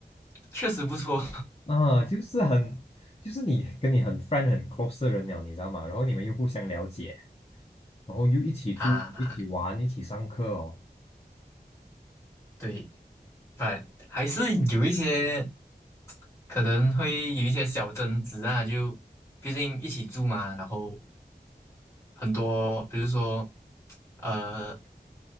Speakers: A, on the left; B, on the left.
A: 确实不错
B: 啊，就是很，就是你跟你很 friend 很 close 的人了，你知道吗？然后你们又互相了解，然后又一起住，
A: <laughs> 啊，
B: 一起玩，一起上课哦，
A: 对，反还是有一些。可能会有一些小争执啊，就毕竟一起住嘛，然后很多，比如说，呃，